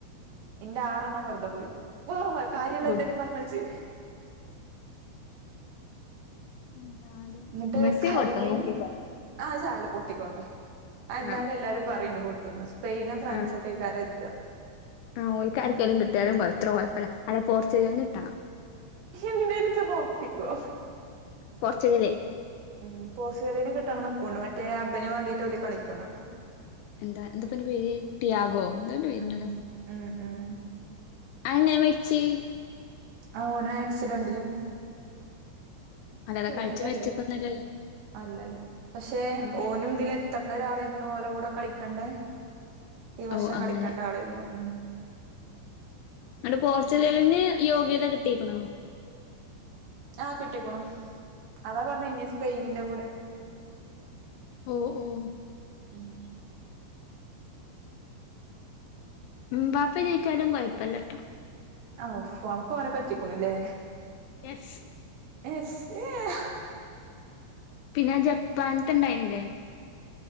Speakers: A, on the right; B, on the left.
A: എന്റെ ആറെണ്ണം വെറുതെ പോയി വേറെവാകാര്യംഎന്തേലും
B: ഗുഡ്
A: പറഞ്ഞെ ച്ച്
B: ഉ നാല്
A: ന്നിട്ട്
B: മെസ്സി
A: കരിമീൻ
B: പൊട്ടും നോക്കിക്കോ
A: ആഹ സാരല്ല അത് പൊട്ടിക്കോട്ടെ അന്തായാലും
B: ആഹ്
A: എല്ലാരും പറയണ്ട് പൊട്ടുന്ന് സ്പെയിനും ഫ്രാൻസ
B: ആണ്
A: ഒക്കെ കറക്റ്റ
B: ആഹ് ഓര്ക്കാര്ക്കേലും കിട്ടിയാലും കൊ എത്ര കുഴപ്പമല്ല അല്ല പോർച്ചുഗലിന് കിട്ടണം
A: എന്തേലു ജോന്ന് ഒറപ്പിക്കൊ
B: പോർച്ചുഗല്
A: ഉം പോർച്ചുഗലിന് കിട്ടണം ഇക്കൂണ്ട് മറ്റേ അബന് വേണ്ടീട്ട് ഓല് കളികണെ
B: എന്താ എന്താപ്പ അയ്ന്റെ പേര് തിയാഗോ എന്താന്റെ പേരുണ്ടല്ലോ
A: ഉം ഉം ഉം
B: അയങ്ങനെ മരിച്ചേ
A: ആ ഓന് ആക്സിഡന്റില്
B: അല്ലല്ല
A: കീഞ്ഞതാല്ലേ
B: കളിച്ച് മരിച്ചിക്കൊന്നല്ലല്ലോ
A: അല്ലല്ല പക്ഷെ
B: ആഹ്
A: ഓനു തിലെ കത്തേണ്ട ഒരാളായിരുന്നു ഓലോ കൂടെ കളിക്കേണ്ട ഈ വർഷം
B: ഓഹ് അങ്ങനെ
A: കളിക്കേണ്ട ആളായിരുന്നു ഉം
B: അണ്ട് പോർച്ചുഗലിന് യോഗ്യത കിട്ടിക്കണോ
A: ആഹ് കിട്ടിക്കണു അതാ പറഞ്ഞ ഇനി സ്പെയിനിന്റെ കൂടെ
B: ഓഹ് ഓഹ്
A: ഉം
B: എമ്പാപ്പ ജയിച്ചാലും കുഴപ്പമില്ലട്ടോ
A: ഓ ഫോണക്ക് ഓനെ പറ്റിക്കണല്ലേ
B: എസ്
A: എസ് എസ
B: പിന്നെ ജപ്പാനക്കെ ഉണ്ടായിനല്ലേ